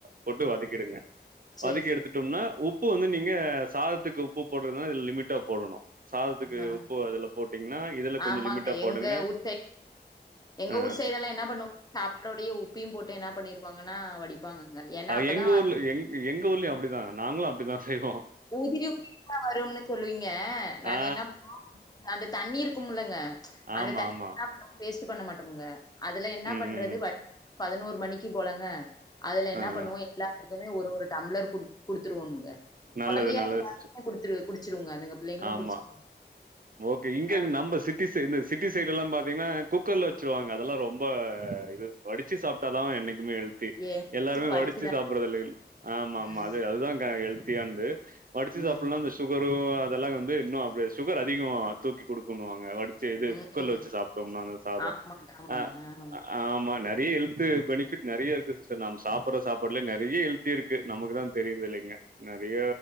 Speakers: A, on the right (about 55°); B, on the left (about 20°).
A: போட்டு வதக்கிடுங்க
B: சேரிங்க.
A: வதக்கி எடுத்துட்டோம்னா உப்பு வந்து நீங்க சாதத்துக்கு உப்பு போடுறதுனால இதுல லிமிட்டா போடணு சாதத்துக்கு
B: ஆ
A: உப்பு அதுல போட்டீங்கன்னா இதுல கொஞ்சோ
B: ஆமாங்க
A: லிமிட்டா போடுங்க
B: எங்க ஊர் சைடு எங்க
A: ஆ.
B: ஊர் சைடுலா என்ன பண்ணுவாங்க சாப்டோடையே உப்பையு போட்டு என்ன பண்ணிருவாங்கனா வடிப்பாங்கங்க ஏன்னா
A: ஆ
B: அப்பதா
A: எங்க ஊர்ல எ எங்க ஊர்லயு அப்டிதா நாங்களு அப்டிதா செய்வோ
B: உதிரி உதிரியா வரும்னு சொல்லுவீங்க நாங்க
A: ஆ,
B: என்ன பண்ணுவோ அந்த தண்ணி இருக்குமுல்லங்க
A: ஆமாமா.
B: அந்த தண்ணி என்ன பண்ணுவோ வேஸ்ட்டு பண்ண மாட்டோமுங்க அதுல என்ன
A: ம்,
B: பண்றது
A: ம்.
B: வத் பதினோரு மணிக்கி போலங்க அதுல என்ன
A: ஆ,
B: பண்ணுவோ
A: ஆ.
B: எல்லாத்துக்குமே ஒரு ஒரு டம்ளர் குடு குடுத்துருவோமுங்க
A: நல்லது,
B: கொழந்தையா
A: நல்லது
B: இருந்தாலுமே
A: சிஸ்டர்.
B: குடுத்துரு அதுங்க பிள்ளைங்களு
A: ஆமா
B: குடிச்சிருங்க
A: ஓகே இங்க
B: ஆ
A: நம்ம சிட்டி சைட் இந்த சிட்டி சைடு எல்லா பாத்தீங்கனா குக்கர்ல வச்சுருவாங்க அதெல்லா ரொம்ப இது வடிச்சு சாப்டா தா என்னிக் குமே ஹெல்தி
B: ஏ
A: எல்லாமே
B: வீட்ல வடிச்சுதா
A: வடிச்சு சாப்ட்றதில்லேல் ஆமா
B: ம்
A: ஆமா அது அதுதாக்கா ஹெல்த்தியான்து வடிச்சு
B: ம்
A: சாப்லனா அந்த சுகரூ அதெல்லா வந்து இன்னு அப்டியே சுகர் அதிகோ தூக்கி குடுக்குணூவாங் ஆ வடிச்சி இது
B: ம்
A: குக்கர்ல வச்சு சாப்டோமானா அந்த சாதோ
B: ஆமாங்க ஆமாங்க
A: அ
B: ஆ
A: ஆமாங்க தே ஹெல்து பெனிஃபிட் நெறைய இருக்கு சிஸ்டர் நாம் சாப்பட்ற சாப்பாட்லே நெறைய ஹெல்த் இருக்கு நமக்கு தா தெரிய்றதில்லைங்க நெறைய